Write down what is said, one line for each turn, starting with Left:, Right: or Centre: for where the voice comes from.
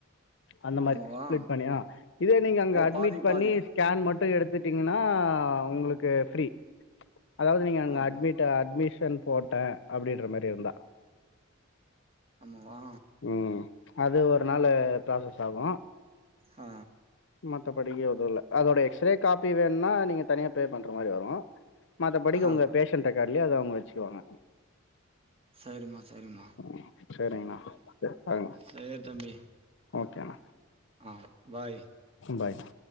Left: அந்த மாரி
Right: ஆமாவா
Left: ஸ்பிளிட் பண்ணியா இதே நீங்க அங்க
Right: ஓ
Left: அட்மிட்
Right: பாதிக்கு
Left: பண்ணி
Right: பாதி
Left: ஸ்கேன் மட் டு எடுத்துட்டீங்கனா உங்களுக்கு ஃப்ரீ அதாவது நீங்க அங்க
Right: ஆ
Left: அட்மி அட்மிஷன் போட்ட அப்டின்ற மாரி இருந்தா
Right: ஆமா வா
Left: ம் அது ஒரு நாளு ப்ராசஸ் ஆகு
Right: ஆ
Left: மத்தபடிக்கு எதுவுல்ல அதோட எக்ஸ்ரே காப்பி வேணுனா நீங்க தனியா பே பண்ற மாரி வரு மத்தபடிக்கு
Right: ஆ
Left: உங்க பேஷன்ட் ரெக்காட்லயே அத அவுங்க வச்சுக்குவாங்க
Right: சரிம்மா சரிம்மா
Left: ம் சரிங்கண்ணா பாருங்க
Right: சேரி தம்பி
Left: ஓகேணா
Right: ஆ பாய்
Left: பாய்பா